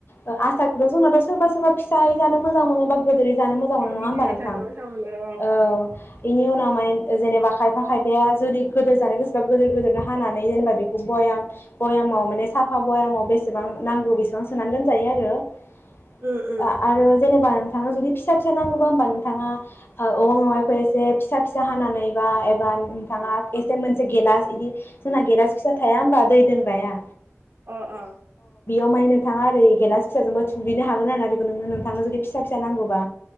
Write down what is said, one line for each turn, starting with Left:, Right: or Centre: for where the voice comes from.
Left: ओ आस सारखौथ' जोंङो थ' सोबा सोबा फिसायै जानो मोजां मोनो बा गोदोरै जानो मोजां
Right: गि
Left: मोनो नङा
Right: गिदिरै
Left: होमबा नोंथां
Right: जानो मोजां मोनो
Left: औ बेनि उनाव माने जेनेबा खायफा खायफाया जुदि गोदोस जानो गोस सोरबा गोदोर गोदोरनो हानानै नै जेनेबा बेखौ बयाम बयामाव माने साफा बयामाव बेसेबां नांगौ बेसेबां सोनानै दोन जायो आरो आ
Right: उम उम
Left: आरो जेनेबां थाङा जुदि फिसा फिसा नांगौबा होमबा नोंथाङा ओ औवा मेवाइखो एसे फिसा फिसा हानानै बा एबा नोंथाङा
Right: उम
Left: इज मोनसे गेलास इदि जोंना गेलास फिसा थाया होमबा दै लोंग्राया
Right: अ अ
Left: ओमाय नोंथाङा ओरै गेलास फिसाजों थुग्लिनो हागोन आरो ना बेखौ नोंनो नोंथांनो जुदि फिसा फिसा नांगौबा